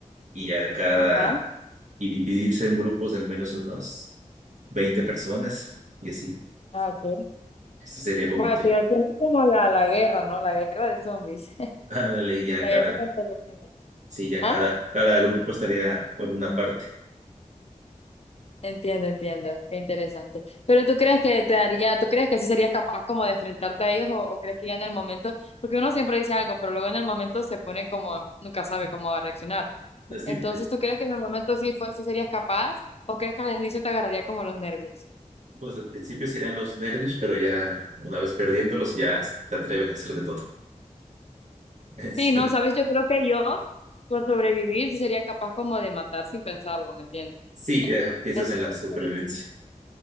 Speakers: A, on the right; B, on the left.
A: Y ya de cada,
B: Ajá.
A: y dividirse en grupos de al menos unos 20 personas y así.
B: Ah, ok.
A: Esto sería como
B: Bueno,
A: que,
B: tú ya tienes como la, la guerra, ¿no? La guerra de zombies. <laughs>
A: ándale, y ya
B: La
A: cada,
B: guerra contra los zombies.
A: sí, ya cada,
B: Ah,
A: cada grupo estaría por una parte.
B: entiendo, entiendo. Qué interesante. Pero tú crees que te daría, tú crees que sí serías capaz como de enfrentarte a ellos o, o crees que ya en el momento, porque uno siempre dice algo, pero luego en el momento se pone como, nunca sabe cómo va a reaccionar.
A: Así
B: Entonces,
A: pues.
B: ¿tú crees que en el momento sí, fue, sí serías capaz o crees que al inicio te agarraría como los nervios?
A: Pues al principio serían los nervios, pero ya una vez perdiéndolos ya te atreves a hacer de todo. <laughs>
B: Sí,
A: Sí,
B: no, sabes, yo creo que yo, por sobrevivir, sí sería capaz como de matar sin pensarlo, ¿me entiendes?
A: sí, ya piensas
B: Entonces,
A: en la supervivencia.